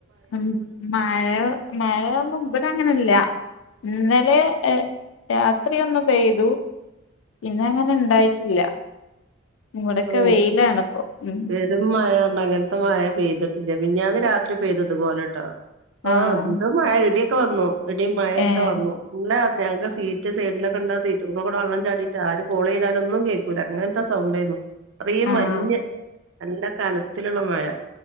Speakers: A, on the left; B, on the right.
A: ഉം മഴ മഴ ന്നും ബടെ അങ്ങനില്ല ഇന്ന ലെ രാത്രി ഒന്നു പെയ്തു പിന്നെ അങ്ങനെ ഇണ്ടായിട്ടില്ല. ഇവിടൊക്കെ
B: ഓ
A: വെയിലാണിപ്പോ ഉം
B: പെരും മഴ ർഞ്ഞാ അങ്ങനത്തെ മഴ പെയ്ത മിഞ്ഞാന്ന് രാത്രി പെയ്തിത്പോലെ ട്ടോ. ആ
A: ആഹ്
B: ന്ത് മഴ ഇടി <unintelligible> ഇടീം മഴയൊക്കെ
A: ഏഹ്
B: വന്നു ങ്ങളെ ഞങ്ങൾക്ക് സീറ്റ് സൈഡിലൊക്കെ ഉണ്ടാ സീറ്റുമ്മെക്കൂടെ വെള്ളം ചാടീട്ട് ആര് കോള് ചെയ്താലൊന്നും കേക്കൂല അങ്ങനത്തെ സൗണ്ടാരുന്നു. <unintelligible>
A: ആഹ്
B: നല്ല കനത്തിലുള്ള മഴ.